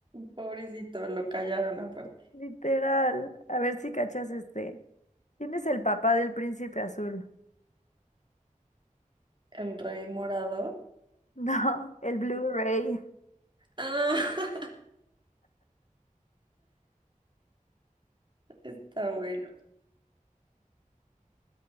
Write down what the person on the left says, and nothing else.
Literal. A ver si cachas este. ¿Quién es el papá del príncipe azul? <laughs>
No, el Blu-ray.